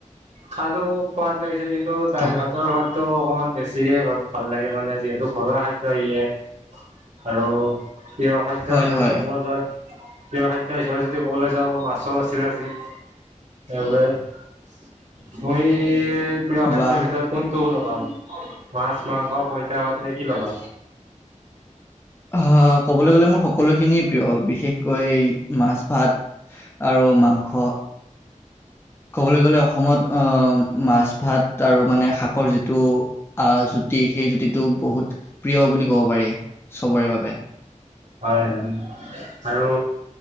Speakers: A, on the right; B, on the left.
A: খালোঁ খোৱাদ লাগিছে কিন্তু তো দাইল
B: অহ,
A: ভাতৰ সোৱাদ টো অকমান বেছিকে ভাল লাগে মানে। যিহেতু ঘৰুৱা খাদ্যয় ইয়ে আৰু প্ৰিয় খাদ্য
B: হয়,
A: হিচাপে
B: হয়,
A: প্ৰিয় খাদ্য হিচাপে, যদি ক'বলৈ যাওঁ, মাছোঁ আছিলে আজি। সেইবাবে তুমি, প্ৰিয় খাদ্যৰ
B: বাহ।
A: ভিতৰত কোনটো ল'বা? মাছ, মাংস, পইতাঁভাত। কি ল'বা?
B: অ! ক'বলৈ গলে মোৰ সকলোখিনিয় প্ৰিয়। বিশেষকৈ মাছ-ভাত আৰু মাংস। ক'বলৈ গ'লে অসমত আহ মাছ-ভাত আৰু মানে শাকৰ যিটো আহ জুতি সেই জুতিটো বহুত প্ৰিয় বুলি ক'ব পাৰি। চবৰে বাবে।
A: হয়, হয়। আৰু